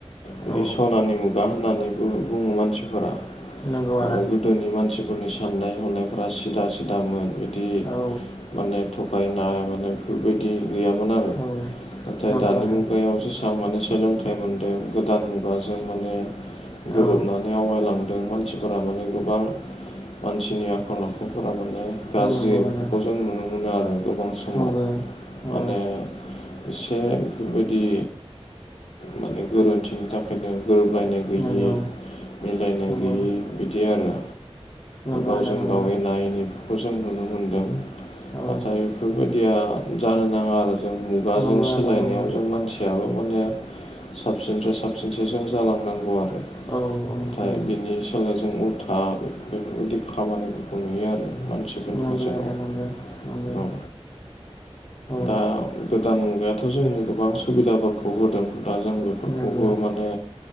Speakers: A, on the left; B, on the left.
A: बिदि
B: औ
A: सनानि मुगा होननानैबो बुङों मानसिफोरा
B: नंगौ
A: आरो
B: आदा
A: गोदोनि मानसिफोरनि साननाय हनायफ्रा सिदा सिदामोन बिदि
B: औ
A: माने थगायनाय माने बेफोरबायदि गैयामोन आरो।
B: औ
A: नाथाय
B: नंगौ
A: दानि
B: आदा
A: मुगायावसो माने सोलोंथाइ मोनदों गोदान मुगाजों माने गोरोबनानै
B: औ
A: आवगायलांदों मानसिफोरा माने गोबां मानसिनि आखल आखुफोरा माने गाज्रि
B: नंगौ
A: बेफोरखौ
B: आदा
A: जों नुनो मोनो आरो। गोबां समाव
B: नंगौ
A: माने
B: औ
A: एसे बेफोरबायदि माने गोरोन्थिनि थाखायनो गोरोबलायनाय गैयि
B: नंगौ
A: मिलायनाय
B: नंगौ
A: गैयि बिदि आरो।
B: नंगौ
A: गावजों
B: आदा नंगौ
A: गाव एना एनि खौ जों नुनो मोनदों
B: औ
A: नाथाय बेफोरबायदिया जानो नाङा आरो जों बा
B: नंगौ
A: जों सोलायनायाव
B: आदा नंगौ
A: जों मानसि फयाबो माने साबसिननिफ्राय साबसिनसो जों जालांनांगौ आरो।
B: औ ओं
A: नाथाय
B: ओं
A: बिनि सोलाय जों उल्था बेदि खामानिफोरखौ नुयो आरो मा मानसिफोरनि
B: नंगौ
A: गेजेराव
B: आदा नंगौ नंगौ
A: दं
B: औ
A: दा गोदान मुगायाथ' जोंनो गोबां सुबिदाफोरखौ होदों दा जों बे बेफोरखौबो
B: नंगौ
A: माने